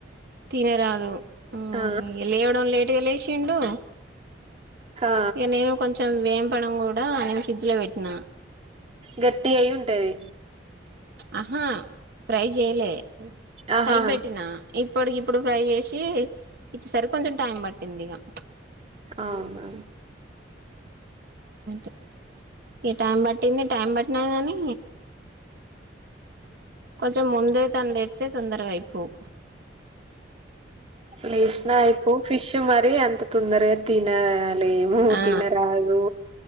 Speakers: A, on the right (about 55°); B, on the right (about 30°).
A: తినరాదు ఉమ్మ్
B: ఆ
A: లేవడం లేటె లేస్ చిండు
B: ఆ
A: ఇగా నేను కొంచెం ఏంపడం కూడా నేను ఫ్రిజ్లో పెట్టిన
B: గట్టి అయి ఉంటది
A: ఆహా ఫ్రై చేయలే
B: ఆహా
A: కల్పిపెట్టిన ఇప్పటికి ఇప్పుడు ఫ్రై చేసి ఇచ్చేసరికి కొంచెం టైం పట్టింది ఇగా
B: అవునా
A: అ ఏ టైం పట్టింది టైం పట్టినా కానీ కొంచెం ముందే తనులే చ్చ తొందరగా అయిపోవు
B: లేష్న అయిపోవు ఫిష్ మరి అంత తొందరగా తినా మూ
A: ఆ
B: తినరాదు